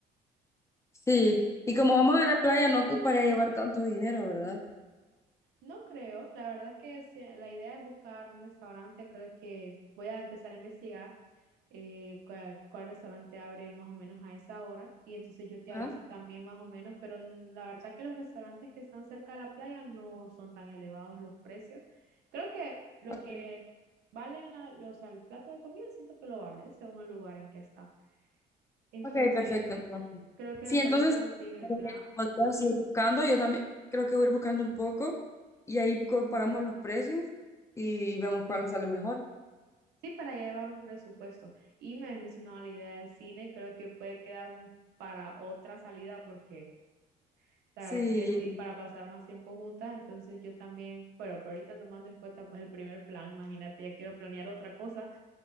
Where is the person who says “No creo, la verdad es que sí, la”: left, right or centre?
Right